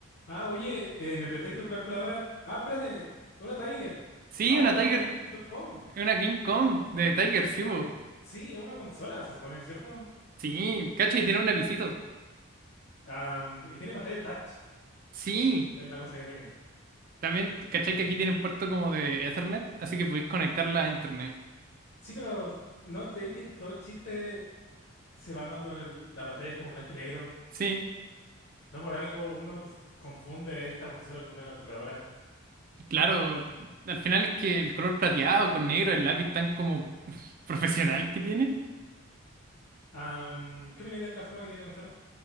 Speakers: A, on the left; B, on the right.
A: Ah, oye, eh, ¿me prestáis tu calculadora? Ah, espérate, es una Tiger.
B: Sí,
A: Ah,
B: una
A: oh, es
B: Tiger,
A: la Game.com.
B: una King Kong de Tiger, sí,
A: Ah,
B: po.
A: sí, es una consola, se supone, ¿cierto?
B: Sí, ¿cachai? Tiene un lapicito.
A: Am, y tiene pantalla touch,
B: Sí.
A: es la cosa que tiene.
B: También, ¿cachai?
A: Ah,
B: Que aquí tiene un puerto como de Ethernet, así que podéis conectarla a internet.
A: sí, pero ¿no creéis que el- todo el chiste se va cuando el- la pantalla es como blanco y negro?
B: Sí,
A: No por algo uno s- confunde esta consola con una calculadora.
B: claro. Al final es que el color plateado con negro, el lápiz tan como <laughs> profesional que tiene.
A: Am, ¿qué opináis de la forma que tiene la consola?